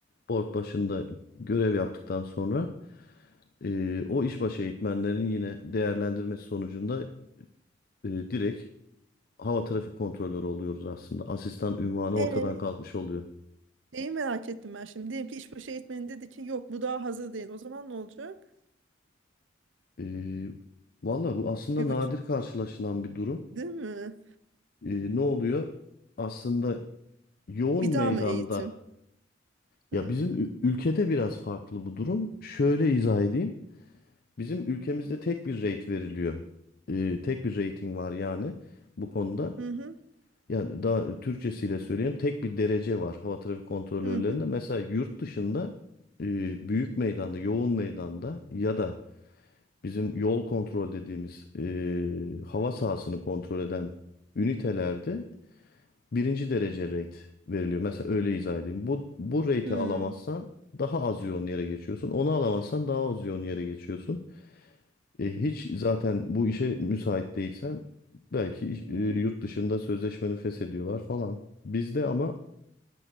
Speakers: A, on the left; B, on the right.
A: Board başında görev yaptıktan sonra e, o işbaşı eğitmenlerin yine değerlendirmesi sonucunda e, direkt hava trafik kontrolörü oluyoruz aslında. Asistan ünvanı
B: Ee,
A: ortadan kalkmış oluyor.
B: şeyi merak ettim ben şimdi. Diyelim ki işbaşı eğitmeni dedi ki yok bu daha hazır değil. O zaman ne olacak?
A: E, valla bu aslında
B: Bir
A: nadir
B: buçuk,
A: karşılaşılan bir durum.
B: değil mi?
A: E, ne oluyor? Aslında yoğun
B: Bir daha
A: meydanda
B: mı eğitim?
A: Ya
B: Hı
A: bizim ü- ülkede biraz farklı bu durum. Şöyle izah edeyim. Bizim ülkemizde tek bir rate veriliyor. Ee, tek bir rating var yani bu konuda.
B: hı hı
A: Yani daha Türkçesiyle söyleyeyim tek bir derece var hava trafik kontrolörlerinde.
B: hı. hı.
A: Mesela yurt dışında e, büyük meydanda, yoğun meydanda ya da bizim yol kontrol dediğimiz e, hava sahasını kontrol eden ünitelerde birinci derece rate veriliyor. Mesela öyle izah edeyim. Bu, bu rate'i
B: Hı.
A: alamazsan daha az yoğun yere geçiyorsun. Onu alamazsan daha az yoğun yere geçiyorsun. E, hiç zaten bu işe müsait değilsen belki iş-
B: Hı.
A: e, yurt dışında sözleşmeni feshediyorlar falan. Bizde ama